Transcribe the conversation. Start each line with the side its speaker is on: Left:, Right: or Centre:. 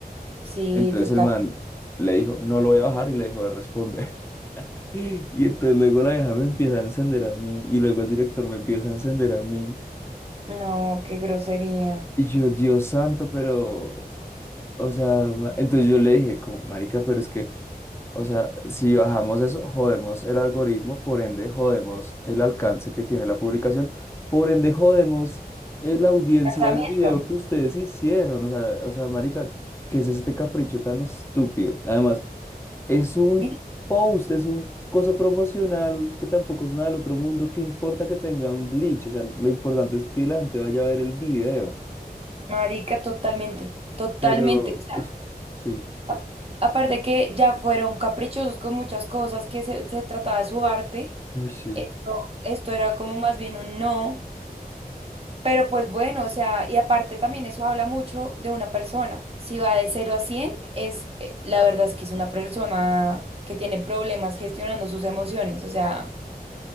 Right: sí,
Left: Entonces
Right: total.
Left: el man le dijo, no lo voy a bajar y le dejó de responder. <laughs> Y entonces luego la vieja me empieza a encender a mí y luego el director me empieza a encender a mí.
Right: No, qué grosería.
Left: Y yo, Dios santo, pero... O sea, ma- entonces yo le dije, como, marica, pero es que, o sea, si bajamos eso, jodemos el algoritmo, por ende jodemos el alcance que tiene la publicación, por ende jodemos eh, la audiencia
Right: Casamiento.
Left: del video que ustedes hicieron. O sea, o sea, marica, ¿qué es este capricho tan estúpido? Además, es un
Right: Vi-
Left: post, es un coso promocional que tampoco es nada del otro mundo, ¿qué importa que tenga un glitch? O sea, lo importante es que la gente vaya a ver el video.
Right: Marica, totalmente, totalmente.
Left: Pero,
Right: O sea,
Left: uff, sí,
Right: a- aparte que ya fueron caprichosos con muchas cosas, que se, se trataba de su arte,
Left: uy, sí.
Right: esto, esto era como más bien un no, pero pues bueno, o sea, y aparte también eso habla mucho de una persona. Si va de cero a 100, es, eh, la verdad es que es una persona que tiene problemas gestionando sus emociones, o sea...